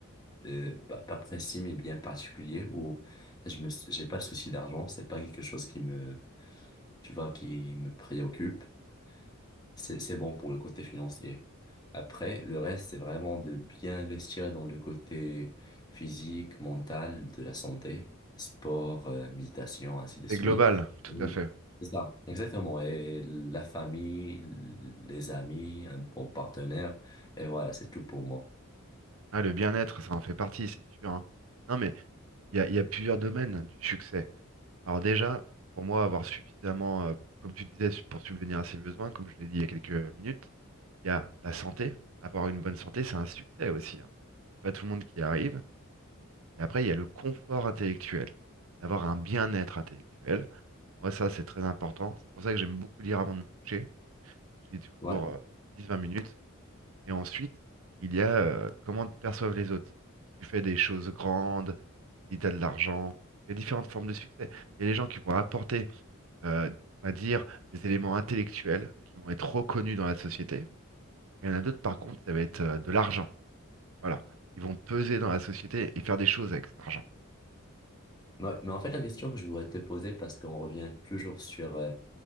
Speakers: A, on the left (about 20°); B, on the right (about 70°).
A: euh, pas, pas précis, mais bien particulier, où je me, j'ai pas de souci d'argent. C'est pas quelque chose qui me, tu vois, qui me préoccupe. C'est, c'est bon pour le côté financier. Après, le reste, c'est vraiment de bien investir dans le côté physique, mental, de la santé, sport, euh, méditation, ainsi de suite.
B: c'est global, tout
A: Et
B: à fait.
A: C'est ça, exactement. Et la famille, les amis, un bon partenaire. Et voilà, c'est tout pour moi.
B: Ah, le bien-être, ça en fait partie, c'est sûr. hein. Non, mais il y a, il y a plusieurs domaines du succès. Alors déjà, pour moi, avoir suffisamment, euh, comme tu disais, su- pour subvenir à ses besoins, comme je l'ai dit il y a quelques minutes, il y a la santé. Avoir une bonne santé, c'est un succès aussi. hein. C'est pas tout le monde qui y arrive. Et après, il y a le confort intellectuel, avoir un bien-être intellectuel. Moi, ça, c'est très important. C'est pour ça que j'aime beaucoup lire avant de me coucher. Je lis toujours
A: Ouais.
B: euh, dix vingt minutes. Et ensuite, il y a euh, comment te perçoivent les autres. Tu fais des choses grandes, si tu as de l'argent. Il y a différentes formes de succès. Il y a les gens qui vont apporter, euh, on va dire, des éléments intellectuels qui vont être reconnus dans la société. Il y en a d'autres, par contre, ça va être euh, de l'argent. Voilà. Ils vont peser dans la société et faire des choses avec cet argent.
A: Ouais. Mais en fait, la question que je voudrais te poser, parce qu'on revient toujours sur euh,